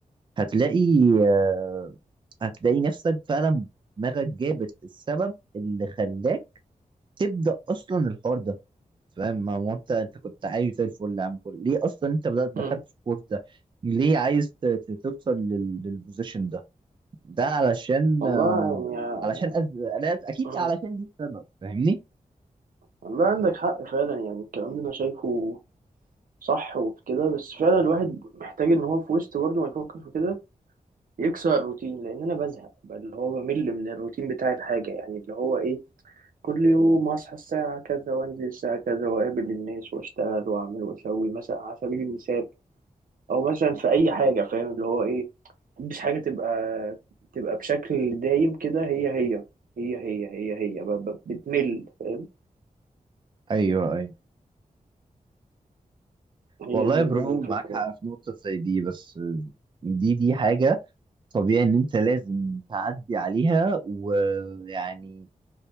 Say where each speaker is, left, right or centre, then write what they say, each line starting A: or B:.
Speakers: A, on the right; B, on the right.
A: هتلاقي آه، هتلاقي نفسك فعلا دماغك جابت السبب اللي خلاك تبدا اصلا الحوار ده فاهم ما هو انت انت كنت عايز زي الفل يا عم كل ليه اصلا انت بدات دخلت
B: مم.
A: في الكورس ده ليه عايز ت- ت- توصل لل- للبوزيشن ده ده علشان
B: والله
A: آه،
B: يعني
A: علشان أز... لا، اكيد
B: مم.
A: علشان دي السبب فاهمني
B: والله عندك حق فعلا يعني الكلام ده انا شايفه صح وكده بس فعلا الواحد محتاج ان هو في وسط برضه ما يفكر في كده يكسر الروتين لان انا بزهق بقى اللي هو بمل من الروتين بتاع الحاجه يعني اللي هو ايه كل يوم اصحى الساعه كذا وانزل الساعه كذا واقابل الناس واشتغل واعمل واسوي مثلا على سبيل المثال او مثلا في اي حاجه فاهم اللي هو ايه مش حاجه تبقى تبقى بشكل دايم كده هي هي هي هي هي هي ب- ب- بتمل فاهم
A: ايوه ايوه
B: هي
A: والله
B: دي
A: يا برو
B: الفكره
A: معاك حق
B: يعني
A: في نقطة زي دي بس دي دي حاجة طبيعي ان انت لازم تعدي عليها ويعني